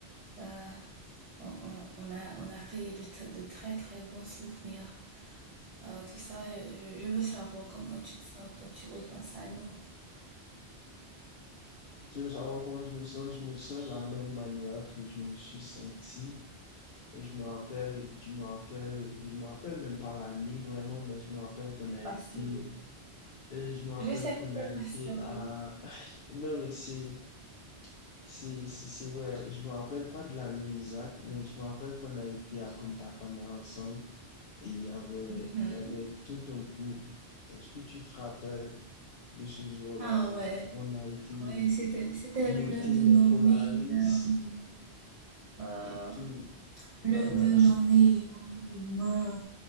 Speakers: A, on the right (about 40°); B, on the left (about 70°).
A: Euh, on, on- on a, on a créé de, tr- de très très bons souvenirs. Euh, tout ça, je, je veux savoir comment tu te sens quand tu repenses à nous.
B: Tu veux savoir comment je me sens? Je me sens de la même manière que je me suis senti Je me rappelle, je me rappelle, je me rappelle même pas l'année vraiment, mais je me rappelle qu'on
A: T'es pas
B: a été,
A: sérieux.
B: euh, je me rappelle
A: Je sais
B: qu'on
A: que t'es
B: a été
A: pas sérieux.
B: à, <laughs> non mais c'est, c'est, c'est c'est vrai, je me rappelle pas de l'année exacte, mais je me rappelle qu'on a été à Punta Cana ensemble et il y avait,
A: Mhm.
B: il y avait tout un groupe. Est-ce que tu te rappelles de ce jour-là
A: Ah
B: où
A: ouais,
B: on on a été
A: ouais, c'était, c'était
B: monter
A: l'un de
B: les
A: nos
B: Polaris
A: meilleurs moments. Euh,
B: et tout?
A: Le
B: euh,
A: de nos meilleurs moments.